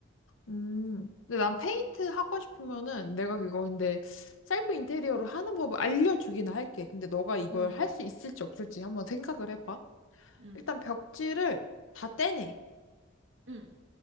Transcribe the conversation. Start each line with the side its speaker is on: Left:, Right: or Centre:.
Left: 음, 근데 난 페인트 하고 싶으면은 내가 그거 근데 셀프 인테리어를 하는 법을 알려주긴 할게. 근데 너가 이걸
Right: 응,
Left: 할 수 있을지 없을지 한번 생각을 해봐.
Right: 응,
Left: 일단 벽지를 다 떼내.
Right: 응,